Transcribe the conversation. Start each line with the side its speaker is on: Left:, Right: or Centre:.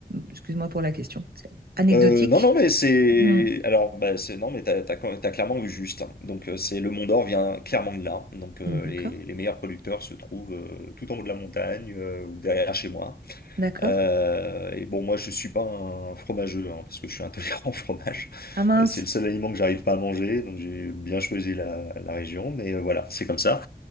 Right: Excuse-moi pour la question. C'est anecdotique.
Left: Euh, non, non, mais c'est.
Right: Mm.
Left: Alors, bah, c'est... non, mais t'as, t'as, t'as clairement vu juste. hein. Donc, euh, c'est le Mont d'Or vient clairement de là. Donc, euh,
Right: D'accord,
Left: les, les meilleurs producteurs se trouvent euh, tout en haut de la montagne euh, ou derrière chez moi.
Right: d'accord.
Left: Euh, et bon, moi, je suis pas un fromageux hein, parce que je suis intolérant au fromage.
Right: Ah mince.
Left: Euh, C'est le seul aliment que j'arrive pas à manger. Donc, j'ai bien choisi la, la région. Mais euh, voilà, c'est comme ça.